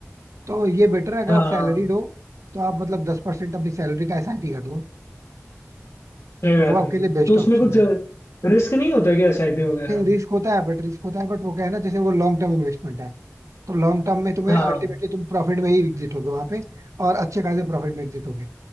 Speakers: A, on the right; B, on the left.
A: तो ये बेटर है अगर
B: हाँ
A: आप सैलरीड हो तो आप मतलब दस परसेंट अपनी सैलरी का एसआईपी कर लो
B: सही बात
A: वो आपके
B: है भाई।
A: लिए बेस्ट
B: तो उसमें
A: ऑप्शन
B: कुछ रिस्क नहीं होता क्या एसआईपी वगैरह
A: है
B: में
A: रिस्क होता है बट रिस्क होता है बट वो क्या है ना जैसे वो लॉन्ग टर्म इन्वेस्टमेंट है तो लॉन्ग टर्म में तुम्हें
B: हाँ
A: अल्टीमेटली तुम प्रॉफिट में ही एग्जिट होगे वहां पे और अच्छे खासे प्रॉफिट में एग्जिट होगे